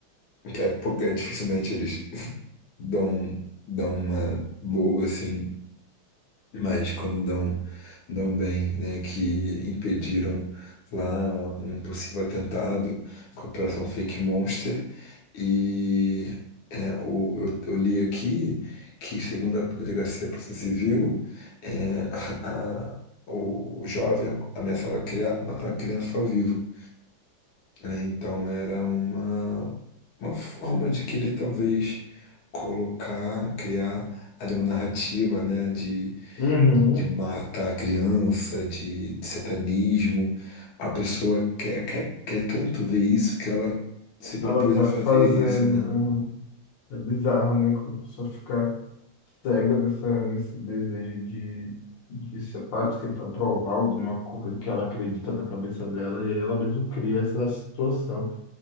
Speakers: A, on the left (about 80°); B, on the left (about 65°).
A: que é porque dificilmente eles. dão, dão uma boa, assim, mas quando dão, dão bem, né, que impediram lá um, um possível atentado com a Operação Fake Monster e é, o- eu, eu li aqui que, segundo a Delegacia da Polícia Civil, é, <laughs> a- a- o, o jovem ameaçava criar, matar a criança ao vivo né? Então era uma, uma forma de querer talvez colocar, criar ali uma narrativa, né? De,
B: Uhum.
A: de matar a criança, de, de satanismo. A pessoa quer, quer, quer tanto ver isso que ela se propôs
B: Ela vai
A: a fazer
B: fazendo.
A: isso, né?
B: É é bizarro, né? Como a pessoa fica cega nessa, nesse desejo de, de, sei lá, de tentar provar alguma coisa que ela acredita na cabeça dela, e aí ela mesmo cria essa situação.